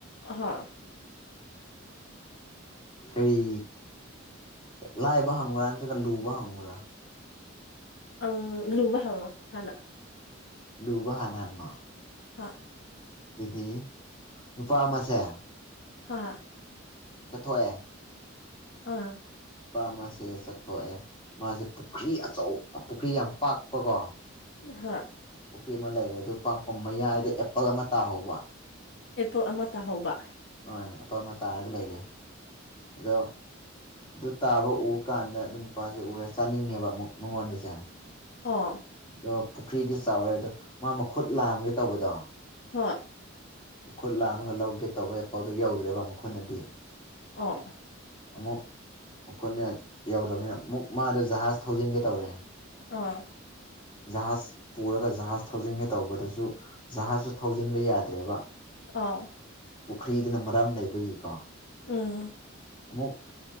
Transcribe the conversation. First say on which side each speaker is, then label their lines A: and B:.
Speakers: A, on the left (about 60°); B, on the left (about 25°).
A: ꯍꯥ
B: ꯀꯔꯤ ꯂꯥꯏꯕ ꯍꯪꯉꯨꯔ ꯅꯠꯇ꯭ꯔꯒ ꯂꯨꯕ ꯍꯪꯉꯨꯔ
A: ꯑꯪ ꯂꯨꯕ ꯍꯪꯉꯣ ꯍꯥꯟꯅ
B: ꯂꯨꯕ ꯍꯥꯅ ꯍꯪꯉꯣ
A: ꯍꯥ
B: ꯑꯗꯨꯗꯤ ꯅꯨꯄꯥ ꯑꯃꯁꯦ
A: ꯍꯥ
B: ꯆꯊꯣꯛꯑꯦ
A: ꯑꯥ
B: ꯅꯨꯄꯥ ꯑꯃꯁꯦ ꯆꯠꯊꯣꯛꯑꯦ ꯃꯖꯦ ꯄꯨꯈ꯭ꯔꯤ ꯑꯆꯧ ꯄꯨꯈ꯭ꯔꯤ ꯌꯥꯝ ꯄꯥꯛꯄꯀꯣ
A: ꯍꯥ
B: ꯄꯨꯈ꯭ꯔꯤ ꯑꯃ ꯂꯩꯔꯦ ꯑꯗꯨ ꯄꯥꯛꯄ ꯃꯌꯥꯏꯗ ꯑꯦꯄꯜ ꯑꯃ ꯇꯥꯍꯧꯕ
A: ꯑꯦꯄꯜ ꯑꯃ ꯇꯥꯍꯧꯕ
B: ꯑ ꯑꯦꯄꯜ ꯑꯃ ꯇꯥꯔꯒ ꯂꯩꯔꯦ ꯑꯗꯣ ꯑꯗꯨ ꯇꯥꯕ ꯎꯔ ꯀꯥꯟꯗ ꯑꯗꯨ ꯅꯨꯄꯥꯖꯦ ꯎꯔꯦ ꯆꯥꯅꯤꯡꯉꯦꯕ ꯑꯃꯨꯛ ꯃꯉꯣꯟꯗꯖꯦ
A: ꯑꯥ
B: ꯑꯗꯣ ꯄꯨꯈ꯭ꯔꯤꯗꯤ ꯆꯥꯎꯔꯦ ꯑꯗꯣ ꯃꯥ ꯃꯈꯨꯠ ꯂꯥꯝꯒꯦ ꯇꯧꯕꯗꯣ
A: ꯍꯥ
B: ꯃꯈꯨꯠ ꯂꯥꯝꯃꯒ ꯂꯧꯒꯦ ꯇꯧꯕ ꯑꯦꯄꯜꯗꯣ ꯌꯧꯗ꯭ꯔꯦꯕ ꯃꯈꯨꯠꯅꯗꯤ
A: ꯑꯣ
B: ꯑꯃꯨꯛ ꯈꯨꯠꯅ ꯌꯧꯗ꯭ꯔꯕꯅꯤꯅ ꯃꯨꯛ ꯃꯗꯣ ꯖꯍꯥꯖ ꯊꯧꯖꯤꯟꯒꯦ ꯇꯧꯔꯦ
A: ꯑꯥ
B: ꯖꯍꯥꯖ ꯄꯨꯔꯒ ꯖꯍꯥꯖ ꯊꯧꯖꯤꯟꯒꯦ ꯇꯧꯕꯗꯨꯁꯨ ꯖꯍꯥꯖꯁꯨ ꯊꯧꯖꯤꯟꯕ ꯌꯥꯗ꯭ꯔꯦꯕ
A: ꯑꯥ
B: ꯈ꯭ꯔꯤꯗꯨꯅ ꯃꯔꯝ ꯂꯩꯕꯒꯤꯀꯣ
A: ꯎꯝ
B: ꯑꯃꯨꯛ